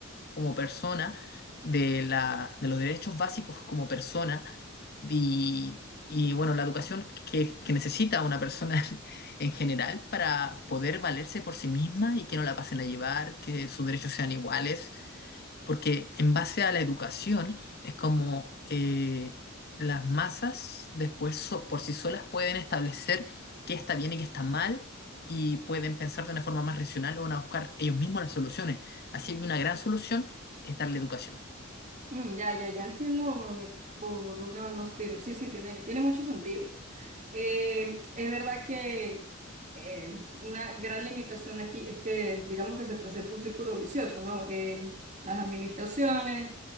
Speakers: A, on the left; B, on the right.
A: como persona, de, la, de los derechos básicos como persona, y, y, bueno, la educación que, que necesita una persona <laughs> en general para poder valerse por sí misma y que no la pasen a llevar, que sus derechos sean iguales porque en base a la educación es como eh, las masas después so- por sí solas pueden establecer qué está bien y qué está mal y pueden pensar de una forma más racional o van a buscar ellos mismos las soluciones. Así que una gran solución es darle educación.
B: Mm, ya, ya, ya entiendo por, por dónde van los tiros. Sí, sí, tiene, tiene mucho sentido. Eh, es verdad que eh, una gran limitación aquí es que, digamos que se presenta un círculo vicioso, ¿no? Eh, las administraciones,